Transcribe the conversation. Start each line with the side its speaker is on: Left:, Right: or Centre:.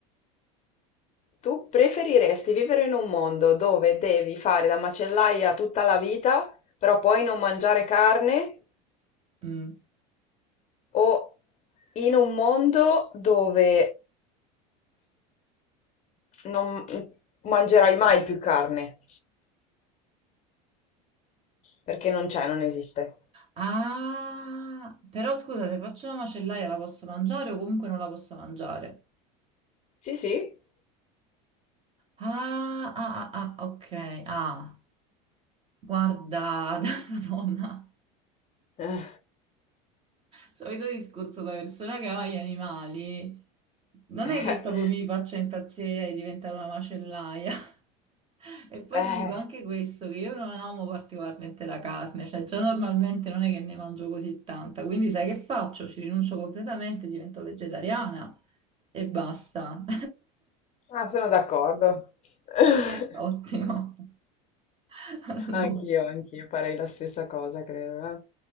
Left: Tu preferiresti vivere in un mondo dove devi fare da macellaia tutta la vita, però poi non mangiare carne,
Right: Mm.
Left: o in un mondo dove non mangerai mai più carne, perché non c'è, non esiste?
Right: Ah, però scusa, se faccio una macellaia la posso mangiare o comunque non la posso mangiare?
Left: Sì, sì.
Right: Ah, ah, ah, ah, ok. Ah, guarda, <laughs> Madonna,
Left: Eh.
Right: solito discorso da persona che ama gli animali. Non
Left: <laughs>
Right: è che proprio mi faccia impazzire di diventare una macellaia. <laughs> E poi
Left: Eh.
Right: ti dico anche questo, che io non amo particolarmente la carne, cioè già normalmente non è che ne mangio così tanta, quindi sai che faccio? Ci rinuncio completamente, divento vegetariana e basta.
Left: Ah, sono d'accordo. <laughs>
Right: <laughs> Ottimo. <laughs> Allora.
Left: Anch'io, anch'io farei la stessa cosa, credo. eh.